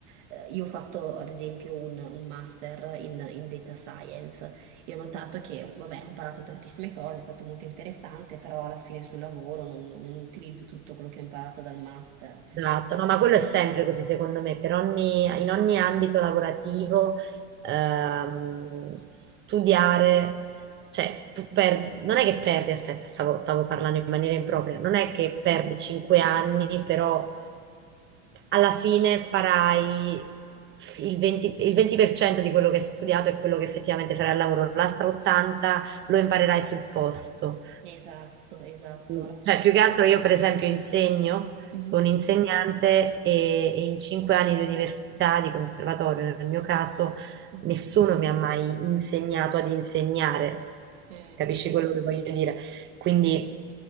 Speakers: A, on the right (about 75°); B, on the right (about 30°).
A: eh, io ho fatto, ad esempio, un, un master in in data science. E ho notato che, vabbè, ho imparato tantissime cose, è stato molto interessante, però alla fine sul lavoro non, non utilizzo tutto quello che ho imparato dal master.
B: Esatto, no, ma quello è sempre così secondo me, per ogni- in ogni ambito lavorativo ehm, studiare, cioè tu per- non è che perdi, aspetta, stavo, stavo parlando in maniera impropria, non è che
A: <laughs>
B: perdi
A: Mhm.
B: cinque anni, però alla fine farai il 20, il 20% di quello che hai studiato e quello che effettivamente farai al lavoro, l'altro 80% lo imparerai sul posto.
A: Esatto, esatto.
B: Mm,
A: Alla-
B: Cioè, più che altro io per esempio insegno,
A: Mhm,
B: sono insegnante e, e in cinque anni di università, di conservatorio nel mio caso,
A: mhm.
B: nessuno mi ha mai insegnato ad insegnare,
A: Eh,
B: capisci quello che voglio dire? Quindi
A: <laughs> Sì,